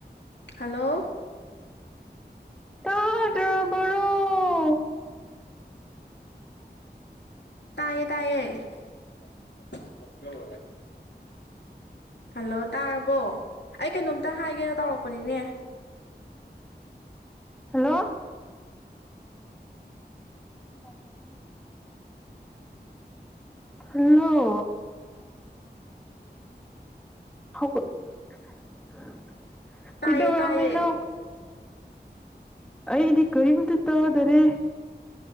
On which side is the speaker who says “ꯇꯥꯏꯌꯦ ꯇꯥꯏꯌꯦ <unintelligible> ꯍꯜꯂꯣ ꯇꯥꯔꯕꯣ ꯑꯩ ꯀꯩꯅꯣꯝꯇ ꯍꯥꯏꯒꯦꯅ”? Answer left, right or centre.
Left